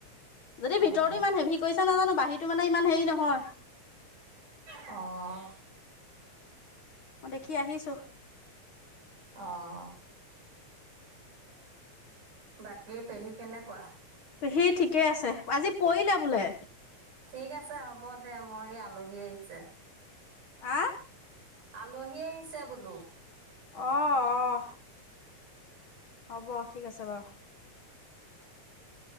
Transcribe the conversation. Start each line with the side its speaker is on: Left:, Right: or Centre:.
Left: যদি
Right: অ',
Left: ভিতৰতো ইমান হেভি কৰিছে নাজানো বাহিৰীতো মানে ইমান হেৰি নহয়।
Right: অ'
Left: মই দেখি আহিছো।
Right: অ' বাকী পেহী কেনেকুৱা।
Left: পেহী ঠিকে আছে আজি পৰিলে বোলে
Right: ঠিক আছে হ'ব দে মই আলহী আহিছে।
Left: হা
Right: আলহী আহিছে বোলো।
Left: অ' অ', হ'ব ঠিক আছে বাৰু।
Right: <inaudible>